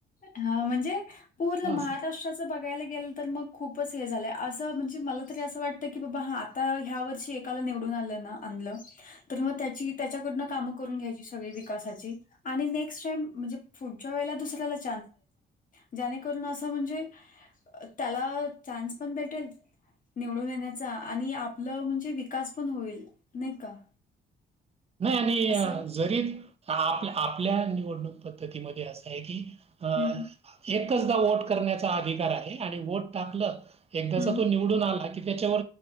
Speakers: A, on the left (about 40°); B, on the right (about 30°).
A: हा म्हणजे पूर्ण
B: हां, असं.
A: महाराष्ट्रा असं बघायला गेलं तर मग खूपच हे झालं आहे असं म्हणजे मला तरी असं वाटतं की बाबा हा आ आता ह्या वर्षी एकाला निवडून आलं ना आणलं तर मग त्याची त्याच्याकडनं कामं करून घ्यायची सगळी विकासाची आणि नेक्स्ट टाइम म्हणजे पुढच्या वेळेला दुसऱ्या ल चा द ज अस म्हणे त्याला चान्स पण भेटेल निवडून येण्याचा आणि आपलं म्हणजे विकास पण होईल नाही का
B: नाही
A: असं
B: आणि जरी आपल्या आपल्या निवडणूक पद्धतीमध्ये असं आहे की अ
A: हं,
B: एकचदा वट करण्याचा अधिकार आहे आणि वट टाकलं एकदा
A: हं.
B: तो त्या